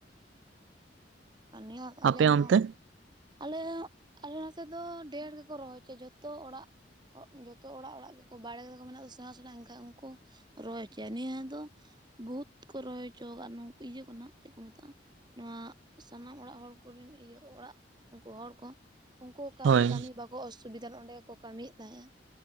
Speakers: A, on the right; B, on the right.
A: ᱟᱱᱤ ᱦᱚᱸ ᱟᱞᱮ
B: ᱟᱯᱮ
A: ᱦᱚᱸ
B: ᱚᱱᱛᱮ
A: ᱟᱞᱮ ᱟᱞᱮ ᱱᱚᱛᱮ ᱫᱚ ᱰᱷᱮᱨ ᱜᱮᱠᱚ ᱨᱚᱦᱚᱭ ᱚᱪᱚ ᱡᱚᱛᱚ ᱚᱲᱟᱜ ᱡᱚᱛᱚ ᱚᱲᱟᱜ ᱚᱲᱟᱜ ᱜᱮᱠᱚ ᱵᱟᱲᱮ ᱨᱮᱠᱚ ᱠᱚ ᱢᱮᱱᱟᱜ ᱫᱚ ᱥᱮᱬᱟ ᱥᱮᱬᱟ ᱮᱱᱠᱷᱟᱡ ᱩᱝᱠᱩ ᱨᱚᱦᱚᱭ ᱦᱚᱪᱚᱭᱟ ᱱᱤᱭᱟᱹ ᱫᱚ ᱵᱩᱦᱩᱛ ᱠᱚ ᱨᱚᱦᱚᱭ ᱦᱚᱪᱚ ᱟᱠᱟᱫ-ᱟ ᱤᱭᱟᱹ ᱠᱚᱨᱮᱱᱟᱜ ᱪᱮᱫ ᱠᱚ ᱢᱮᱛᱟᱜ-ᱟ ᱱᱚᱣᱟ ᱥᱟᱱᱟᱢ ᱚᱲᱟᱜ ᱦᱚᱲ ᱠᱚᱨᱮᱱ ᱤᱭᱟᱹ ᱚᱲᱟᱜ ᱩᱱᱠᱩ ᱦᱚᱲ ᱠᱚ ᱩᱱᱠᱩ
B: ᱦᱳᱭ
A: ᱠᱟᱹᱢᱤ ᱵᱟᱠᱚ ᱚᱥᱩᱵᱤᱫᱟ ᱚᱸᱰᱮ ᱜᱮ ᱠᱚ ᱠᱟᱹᱢᱤᱭᱮᱫ ᱛᱟᱦᱮᱸᱜ-ᱟ